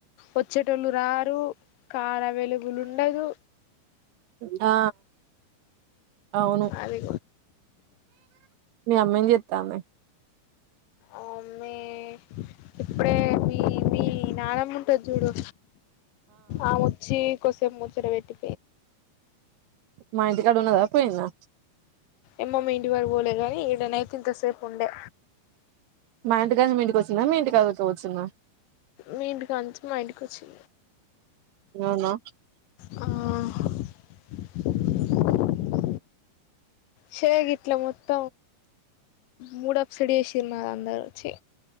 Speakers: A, on the left (about 70°); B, on the right (about 70°).
A: వచ్చేటోళ్ళు రారు కార్ అవైలబుల్ ఉండదు
B: ఆ అవును
A: అది
B: మీ అమ్మది చెత్తాన్నా
A: అమీ ఇప్పుడే మీ మీ నానమ్మంటది చూడు ఆ ముచ్చి కోసే ముచ్చుర పెటి
B: మాైంటి కడు ఉన్నదా పోయినా
A: ఎమ్మమంటిడి వారు పోలేరు కానీ ఇక్కడ నైతింతసేపు ఉండే
B: మా ఇంటికానీ మీ ఇంటికి వచ్చిందా మీ ఇంటికాదు కూ వచ్చుందా
A: మీ ఇంటికి అంచి మా ఇంటికి వచ్చి
B: అవునా
A: ఆ సయ గట్లా మొత్త మూడప్ సడిశరు నా అందచ్చి